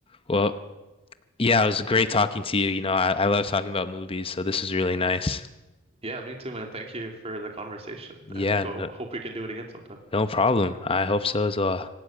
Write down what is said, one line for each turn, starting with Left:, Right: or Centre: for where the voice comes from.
Left: Well, Yeah, it was great talking to you. You know, I, I love talking about movies, so this is really nice.
Right: Yeah, me too, man. Thank you for the conversation
Left: Yeah,
Right: and ho
Left: no,
Right: hope we can do it again sometime.
Left: no problem. I hope so as well.